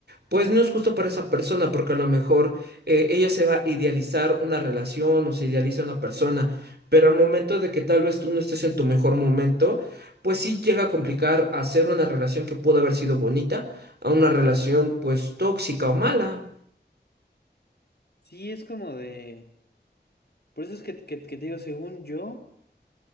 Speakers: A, on the right; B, on the left.
A: pues no es justo para esa persona, porque a lo mejor eh, ella se va a idealizar una relación o se idealiza una persona, pero al momento de que tal vez tú no estés en tu mejor momento, pues sí llega a complicar hacer una relación que pudo haber sido bonita a una relación pues tóxica o mala.
B: Sí, es como de... Por eso es que, que, que te digo, según yo...